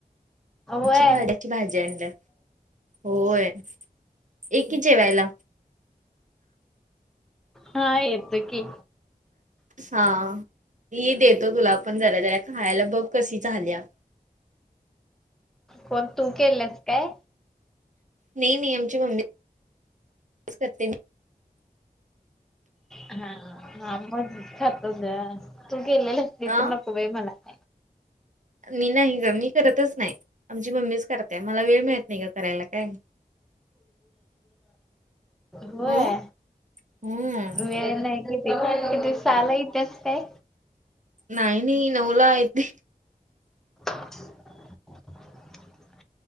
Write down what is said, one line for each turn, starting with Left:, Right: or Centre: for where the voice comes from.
Centre: होय
Right: ईंची भाड्याची भाजी आणल्या होय एकी जेवायला.
Centre: हा येत की.
Right: हा ई देतो तुला पण जरा जरा खायला बघ कशी झालीया.
Centre: कोण तू केल्यात काय?
Right: नई नई आमची मम्मी <inaudible> करते मी. <unintelligible>
Centre: हा हा हा मग खातो जरा तू केलेली असलीस
Right: हा
Centre: तर नको बाई मला काय.
Right: मी नाही ग मी करतच नाही आमची मम्मीच करते. मला वेळ मिळत नाही ग करायला काय?
Centre: होय.
Right: हो हम्म
Centre: वेळ नाही कि क साला इतिहास काय?
Right: नाही नाही नवला यत.
Centre: <inaudible>